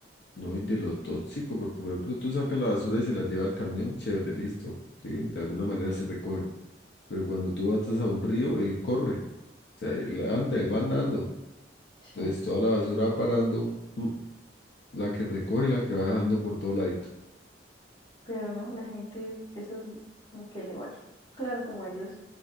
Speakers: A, on the left (about 65°); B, on the left (about 30°).
A: no, y de lo tóxico, porque por ejemplo tú sacas la basura y se la lleva al camión, chévere, listo. Sí, de alguna manera se recoge. Pero cuando tú vas a un río, él corre. O sea, él anda, él va andando.
B: Sí,
A: Entonces toda la basura va parando, mm, la que recoge, y la que va dejando por todo ladito.
B: pero no, la gente eso l- como que le vale. Claro, como ellos